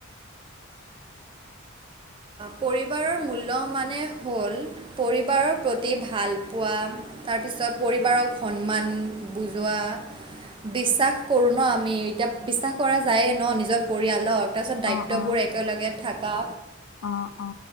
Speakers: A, on the right; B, on the left.
A: পৰিবাৰৰ মূল্য মানে হ'ল, পৰিবাৰৰ প্ৰতি ভালপোৱা। তাৰপিছত পৰিবাৰৰ সন্মান বুজোৱা। বিশ্বাস কৰোঁ ন' আমি, এতিয়া বিশ্বাস কৰা যায়েই ন' নিজৰ পৰিয়ালক। তাৰপিছত দায়িত্ববোৰ
B: অ' অ'
A: একেলগে থকা।
B: অ', অ'।